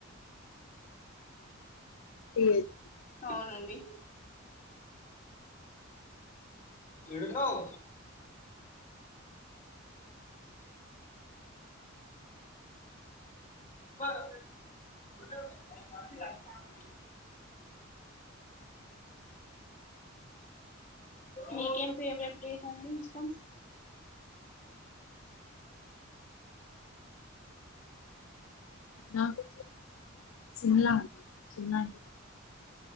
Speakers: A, on the left; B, on the left.
A: ఏ <unintelligible>
B: అవునండి ఏడున్నావ్ ఎవ్వరు అవసరం లేదు మీకేం ఫేవరెట్ ప్లేస్ అండి ఇష్టం
A: నాకు సిమ్లా అంటే ఇష్టం